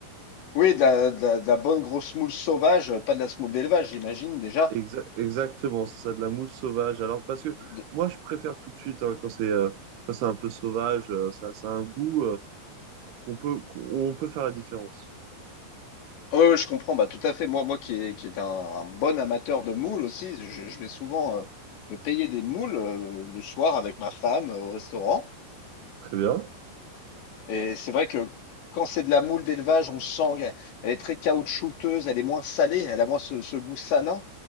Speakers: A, on the left; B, on the right.
A: Oui, de la, de la- de la bonne grosse moule sauvage, pas de la semoule d'élevage, j'imagine déjà.
B: Exa- exactement, c'est ça, de la moule sauvage. Alors, parce que
A: De-
B: moi, je préfère tout de suite, hein, quand c'est euh, quand c'est un peu sauvage, euh, ça, ça a un goût euh, qu'on peut, qu'on peut faire la différence.
A: Ouais, ouais, je comprends, bah, tout à fait. Moi, moi qui est, qui est un, un bon amateur de moules aussi, je, je vais souvent euh, me payer des moules euh, le soir avec ma femme euh, au restaurant.
B: Très bien.
A: Et c'est vrai que quand c'est de la moule d'élevage, on le sent, elle elle est très caoutchouteuse, elle est moins salée, elle a moins ce ce goût salin.